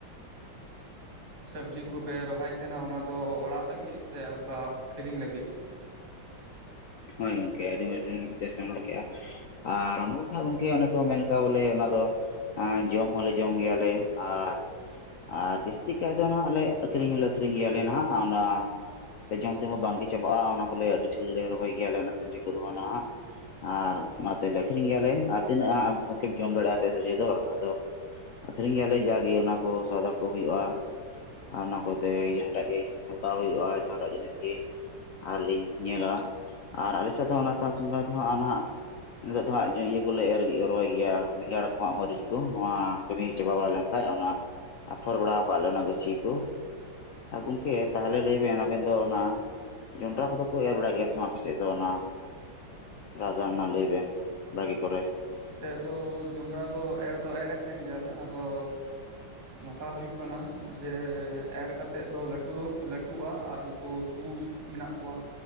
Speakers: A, on the right (about 55°); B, on the left (about 80°).
A: ᱥᱚᱵᱽᱡᱤ ᱠᱚᱯᱮ ᱨᱚᱦᱚᱭ ᱛᱟᱦᱮᱱᱟ ᱚᱱᱟᱫᱚ ᱚᱲᱟᱜ ᱞᱟᱹᱜᱤᱫ ᱥᱮ ᱚᱝᱠᱟ ᱟᱠᱷᱨᱤᱧ ᱞᱟᱹᱜᱤᱫ?
B: ᱦᱳᱭ ᱜᱚᱝᱠᱮ ᱟᱹᱰᱤ ᱢᱚᱡᱽ ᱵᱮᱱ ᱵᱮᱥ ᱵᱮᱱ ᱨᱚᱲ ᱠᱮᱜᱼᱟ ᱾ ᱟᱨ ᱱᱩᱠᱩ ᱜᱮ ᱦᱟᱜ ᱜᱚᱝᱠᱮ ᱚᱱᱮ ᱠᱚ ᱢᱮᱱ ᱞᱮᱠᱟ ᱵᱚᱞᱮ ᱚᱱᱟ ᱫᱚ ᱟᱸ ᱡᱚᱢ ᱦᱚᱸᱞᱮ ᱡᱚᱢ ᱜᱮᱭᱟᱞᱮ ᱟᱨ ᱟᱨ ᱡᱟᱹᱥᱛᱤ ᱠᱟᱭᱛᱮ ᱚᱱᱟ ᱟᱞᱮ ᱟᱠᱷᱨᱤᱧ ᱦᱚᱸᱞᱮ ᱟᱠᱷᱨᱤᱧ ᱜᱮᱭᱟᱞᱮ ᱱᱟᱦᱟᱜ ᱚᱱᱟ ᱡᱚᱢ ᱛᱮᱢᱟ ᱵᱟᱝᱜᱮ ᱪᱟᱵᱟᱜᱼᱟ ᱚᱱᱟ ᱠᱚᱞᱮ ᱟᱹᱰᱤ ᱴᱷᱤᱠ ᱞᱮ ᱨᱚᱦᱚᱭ ᱜᱮᱭᱟᱞᱮ ᱚᱱᱟ ᱥᱚᱵᱽᱡᱤ ᱠᱚᱫᱚ ᱚᱱᱟ ᱦᱟᱸᱜ ᱾ ᱟᱨ ᱚᱱᱟᱛᱮᱞᱮ ᱟᱹᱷᱨᱤᱧ ᱜᱮᱭᱟᱞᱮ ᱟᱨ ᱛᱤᱱᱟᱹᱜ ᱦᱟᱜ ᱟᱢ ᱜᱚᱝᱠᱮᱢ ᱡᱚᱢ ᱫᱟᱲᱮᱭᱟᱜᱼᱟ <unintelligible> ᱫᱚ! ᱟᱫᱚ ᱟᱠᱷᱨᱤᱧ ᱜᱮᱭᱟᱞᱮ ᱡᱟᱜᱮ ᱚᱱᱟ ᱠᱚ ᱥᱚᱭᱫᱟ ᱠᱚ ᱦᱩᱭᱩᱜᱼᱟ᱾ ᱟᱨ ᱚᱱᱟ ᱠᱚᱛᱮ ᱡᱟᱦᱟᱸᱴᱟᱜ ᱜᱮ ᱦᱟᱛᱟᱣ ᱦᱩᱭᱩᱜᱼᱟ ᱡᱟᱦᱟᱸᱴᱟᱜ ᱡᱤᱱᱤᱥ ᱜᱮ᱾ ᱟᱨᱞᱤᱧ ᱧᱮᱞᱟ ᱾ ᱟᱨ ᱟᱞᱮ ᱥᱮᱫ ᱫᱚ ᱚᱱᱟ ᱥᱟ-ᱥᱟᱝᱜᱮ ᱛᱮᱦᱚ ᱟᱱᱟᱦᱟᱜ ᱱᱤᱛᱚᱜ ᱫᱚ ᱦᱟᱸᱜ <inaudible> ᱤᱭᱟᱹ ᱠᱚᱞᱮ ᱮᱨ ᱨᱚᱦᱚᱭ ᱜᱮᱭᱟ ᱵᱮᱸᱜᱟᱲ ᱠᱚ ᱦᱟᱸᱜ ᱢᱟᱹᱨᱤᱪ ᱠᱚ ᱱᱚᱣᱟ ᱠᱟᱹᱢᱤ ᱪᱟᱵᱟ ᱵᱟᱲᱟ ᱞᱮᱝᱠᱷᱟᱡ ᱚᱱᱟ ᱟᱛᱷᱚᱨ ᱵᱟᱲᱟ ᱠᱟᱜᱼᱟ ᱞᱮ ᱚᱱᱟ ᱜᱟᱹᱪᱷᱤ ᱠᱚ᱾ ᱟᱨ ᱜᱚᱝᱠᱮ ᱛᱟᱦᱚᱞᱮ ᱞᱟᱹᱭ ᱵᱮᱱ ᱟᱵᱮᱱ ᱫᱚ ᱚᱱᱟ ᱡᱚᱱᱰᱨᱟ ᱠᱚᱫᱚ ᱠᱚ ᱮᱨ ᱵᱟᱲᱟᱭ ᱜᱮᱭᱟ ᱥᱮ ᱵᱟᱝ ᱟᱯᱮᱥᱮᱫ ᱫᱚ ᱚᱱᱟ ᱨᱟᱜᱟ ᱚᱱᱟ ᱞᱟᱹᱭ ᱵᱮᱱ ᱵᱷᱟᱜᱮ ᱠᱚᱨᱮ?
A: ᱚᱱᱛᱮ ᱫᱚ ᱡᱚᱸᱰᱨᱟ ᱫᱚ ᱮᱨ ᱫᱚ ᱮᱨᱮᱫ ᱛᱟᱦᱮᱱ ᱜᱮᱭᱟᱞᱮ ᱟᱫᱚ ᱱᱚᱠᱟ ᱦᱩᱭᱩᱜ ᱠᱟᱱᱟ ᱡᱮ, ᱮᱨ ᱠᱟᱛᱮᱫ ᱫᱚ ᱞᱟᱹᱴᱩ ᱞᱟᱹᱴᱩᱜᱼᱟ ᱟᱨ ᱩᱝᱠᱩ ᱛᱩᱲ ᱢᱮᱱᱟᱜ ᱠᱚᱣᱟ